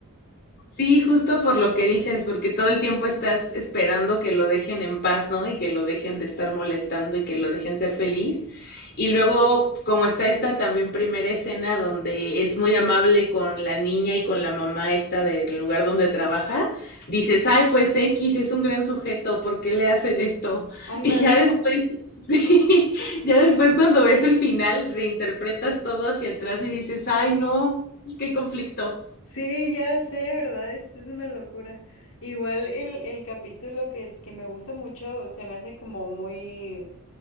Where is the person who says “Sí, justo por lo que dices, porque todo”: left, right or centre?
Left